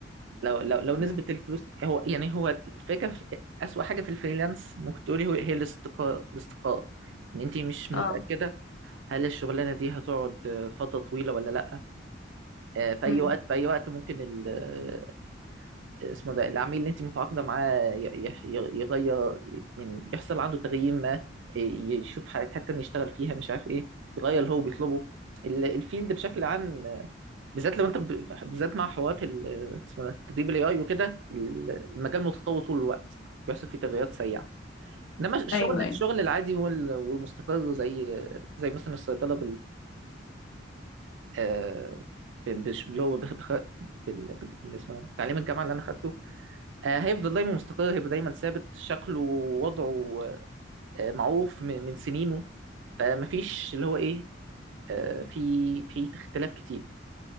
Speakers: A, on the right (about 70°); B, on the left (about 75°).
A: لو لو لو نسبه
B: امم
A: الفلوس هو يعني هو الفكره في- اسوأ حاجه في الفريلانس ممكن تقولي هو هي الاستقرار الاستقرار ان انت مش متاكده
B: اه
A: هل الشغلانه دي هتقعد فتره طويله ولا لا آه، في
B: امم
A: اي وقت في اي وقت ممكن ال- آه، اسمه ده العميل اللي انت متعاقده معاه ي- يح- يغير يعني يحصل عنده تغيير ما ي- يشوف حاجات حتى إن يشتغل فيها مش عارف ايه يغير اللي هو بيطلبه ال- الفيلد بشكل عام آه، بالذات لو انت ب- بالذات مع حوارات ال- آه، اسمه ده تدريب الاي اي وكده ال- المجال متطور طول الوقت بيحصل فيه تغيرات سريعه انما الشغل
B: ايوه ايوه
A: الشغل العادي وال- والمستقر زي آه، زي مثلا الصيدله آه، ب- بش- اللي هو بخ... بخ... بال... بال- اسمه بتعليم الجامعه اللي انا خدته آه، هيفضل دايما مستقر هيبقى دايما ثابت شكله ووضعه آه، معروف من من سنينه فمفيش اللي هو ايه آه، في في اختلاف كتير